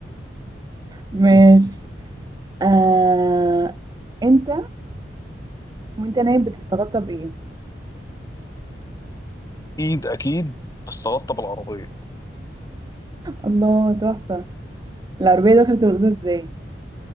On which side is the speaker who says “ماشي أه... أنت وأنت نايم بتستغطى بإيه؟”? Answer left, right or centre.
Right